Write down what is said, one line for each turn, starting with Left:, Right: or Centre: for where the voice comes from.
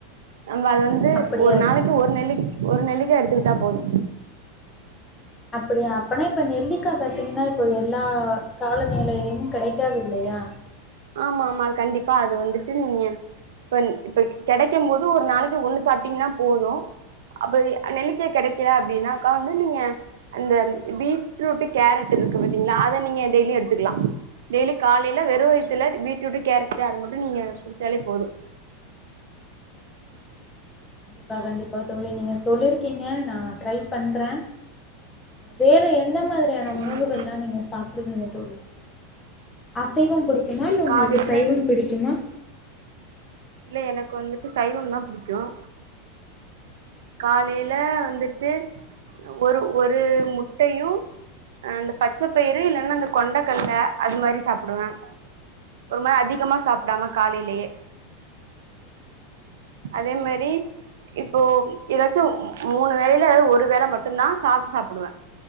Right: நம்ப அது வந்து
Left: அப்படியா
Right: ஒரு நாளைக்கு ஒரு நெல்லிக் ஒரு நெல்லிக்கா எடுத்துகிட்டா போது
Left: அப்படியா அப்பனா இப்ப நெல்லிக்கா பாத்தீங்கன்னா இப்போ எல்லா காலநிலையில்லயும் கடைக்காது இல்லையா
Right: ஆமா ஆமா கண்டிப்பா அது வந்துட்டு நீங்க இப்ப இப்ப கெடைக்கும் போது ஒரு நாளைக்கு ஒண்ணு சாப்ட்டீங்கன்னா போதும் அப்ப நெ நெல்லிக்கா கெடைக்கல அப்படின்னாக் கா வந்து நீங்க அந்த பீட்ரூட்டு கேரட்டு இருக்கு பாத்தீங்களா அத நீங்க டெய்லி எடுத்துக்கலாம் டெய்லி காலையில வெறும் வயித்துல பீட்ரூட்டு கேரட்டு அத மட்டும் நீங்க குடிச்சாலே போதும்
Left: பா கண்டிப்பா தோழி நீங்க சொல்லியிருக்கீங்க நா ட்ரை பண்றே வேற எந்த மாதிரியான உணவுகள்
Right: ம்
Left: எல்லா நீங்க சாப்டுவீங்க தோழி அசைவம் புடிக்குமா இல்ல உங்களுக்கு
Right: காலையில
Left: சைவம் புடிக்குமா
Right: இல்ல எனக்கு வந்துட்டு சைவம் தான் புடிக்கும் காலையில வந்துட்டு ஒரு ஒரு முட்டயும் அந்த பச்சப்பயிறு இல்லன்னா அந்த கொண்டக்கல்ல அது மாரி சாப்புடுவேன் ஒரு மா அதிகமா சாப்டாம காலேலயே அதே மாரி இப்போ ஏதாச்சும் மூணு வேலையில ஒரு வேல மட்டும் தா சாத சாப்புடுவேன்